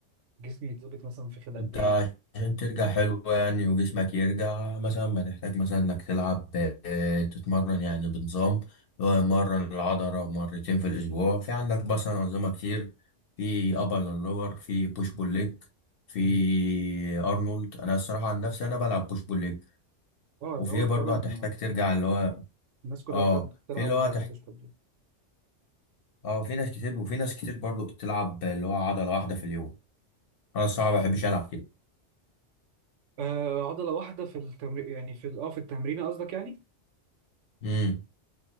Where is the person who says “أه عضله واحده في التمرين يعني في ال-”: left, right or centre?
Right